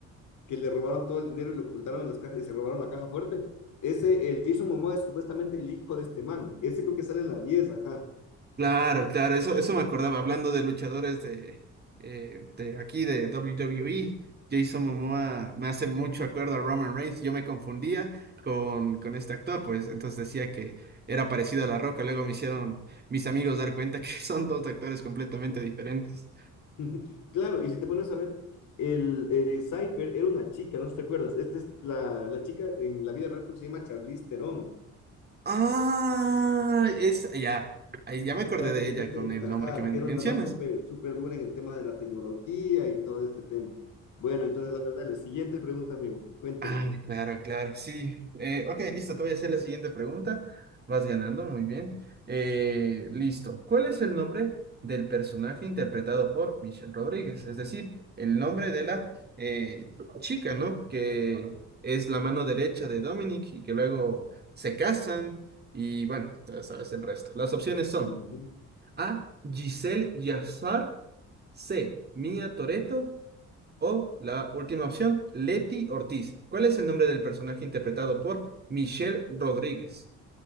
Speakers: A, on the left; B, on the right.
A: que le robaron todo el dinero y lo ocultaron en las cajas y se robaron la caja fuerte. Ese, el Jason Momoa es supuestamente el hijo de este man. Ese creo que sale en la diez ajá.
B: Claro, claro, eso, eso me acordaba, hablando de luchadores de, eh, de aquí de WWE, Jason Momoa me hace mucho acuerdo a Roman Reigns, yo me confundía con, con este actor, pues entonces decía que era parecido a La Roca, luego me hicieron mis amigos dar cuenta que <laughs> son dos actores completamente diferentes.
A: <laughs> Claro, y si te pones a ver, el eh, Cypher era una chica, no sé si te acuerdas. Esta es la, la chica en la vida real creo que se llama Charlize Theron.
B: Ah, es, ya, ahí ya me acordé
A: Date
B: de
A: que
B: ella
A: este,
B: con el
A: ajá,
B: nombre que men-
A: que era
B: mencionas.
A: una más súper súper dura en el tema de la tecnología y todo este tema. Bueno, entonces, la verdad, la siguiente pregunta, amigo, cuénteme.
B: Ah, claro, claro, sí. Eh, ok, listo, te voy a hacer la siguiente pregunta. Vas ganando, muy bien. Eh, listo. ¿Cuál es el nombre del personaje interpretado por Michelle Rodríguez? Es decir, el nombre de la eh, chica, ¿no? Que es la mano derecha de Dominic y que luego se casan y bueno, tú sabes el resto. Las opciones son
A: Ujú.
B: A, Giselle Yazar, C, Mia Toretto o la última opción, Leti Ortiz. ¿Cuál es el nombre del personaje interpretado por Michelle Rodríguez?